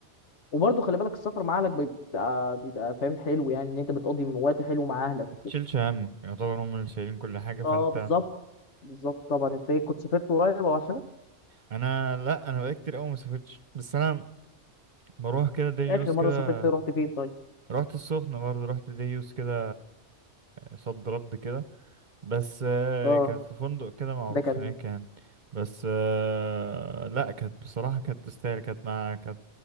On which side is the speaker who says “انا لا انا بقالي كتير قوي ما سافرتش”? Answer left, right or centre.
Right